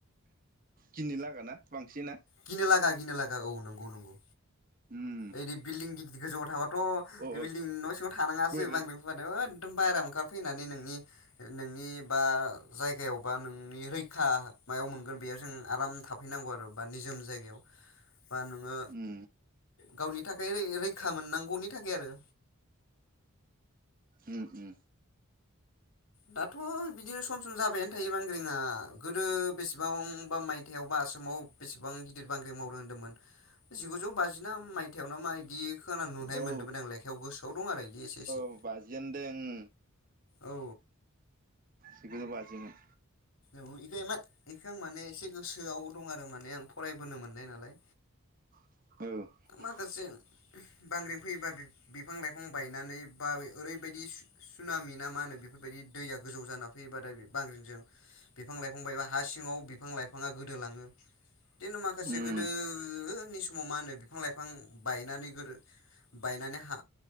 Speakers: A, on the right (about 40°); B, on the left (about 70°).
A: गिनो लागाना बांसिना?
B: गिनो लागा गिनो लागा औ नंगौ नंगौ।
A: उम
B: ओरै बिल्डिं गिदिर गोजौआव थाबाथ'
A: अ अ
B: बिल्डं न' सिङाव थानाङासो
A: बोरै
B: बांग्रिं फैबाथ' एखदम बायेराव ओंखारफैनानै नोंनि नोंनि बा जायगायाव बा नोंनि रैखा मायाव मोनगोन बेयाव जों आराम थाफैनांगौ आरो बा निजोम जायगायाव बा नोङो
A: उम
B: गावनि थाखाय रै रैखा मोनांगौनि थाखाय आरो।
A: उम उम
B: दाथ' बिदिनो सम सम जाबायानो थायो बांग्रिंया। गोदो बेसेबांबा मायथाइयाव बा आसामाव बेसेबां गिदिर बांग्रिं मावदों होनदोंमोन? जिगुजौ बाजि ना मायथाइयाव ना मा बिदि खोना नुनाय
A: औ
B: मोनदोंमोन आं लेखायाव गोसोआव दं आरो बिदि एसे एसे
A: अ बाजियानो दें उम।
B: औ।
A: जिगुजौ बाजिमोन।
B: औ इखौ इमान इखौ आं माने एसे गोसोयाव दं आरो माने आं फरायबोनो मोननाय नालाय।
A: औ।
B: माखासे बांग्रिं फैयोबा बि-बिफां लाइफां बायनानै बा ओरैबायदि सु-सुनामि ना मा होनो बेफोरबायदि दैया गोजौ जाना फैयोबाथाय बे बांग्रिंजों बिफां लाइफां बायबा हा सिङाव बिफां लाइफाङा गोदोलाङो। बिदिनो माखासे
A: उम
B: गोदोनि समाव मा होनो बिफां लाइफां बायनानै गोदो बायनानै हा